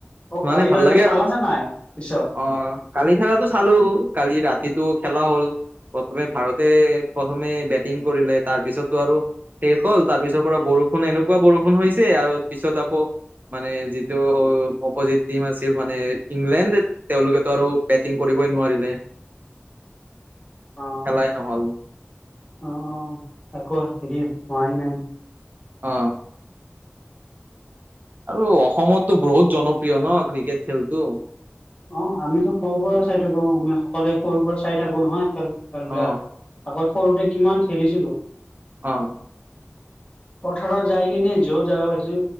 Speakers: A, on the left; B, on the right.
A: অ
B: মানে
A: কালি
B: ভাল
A: কালিলৈ
B: লাগে
A: চালানে
B: আৰু
A: নাই পিছত
B: অ। কালি খেলাটো চালোঁ কালি ৰাতিটো খেলা হ'ল প্ৰথমে ভাৰতে প্ৰথমে বেটিং কৰিলে তাৰ পিছতটো আৰু শেষ হ'ল তাৰ পিছৰ পৰা বৰষুণ এনেকুৱা বৰষুণ হৈছে আৰু পিছত আকৌ মানে যিটো অপজিট টিম আছিল মানে ইংলেণ্ড তেওঁলোকেটো আৰু বেটিং কৰিবই নোৱাৰিলে।
A: অ
B: খেলাই নহল।
A: অ, আকৌ হেৰি হোৱাই নাই?
B: অ,। আৰু অসমতো বহুত জনপ্ৰিয় ন ক্ৰিকেট খেলটো।
A: অ আমিতো সৰু পৰা চাই থাকো, আমি সকলোৱে সৰু পৰাই চাই থাকো নহয় খেল। খেলবিলাক
B: অ
A: আগত সৰুতে কিমান খেলিছিলোঁ।
B: অ।
A: পথাৰত যাই কিনে য'ত জাগা পাইছো,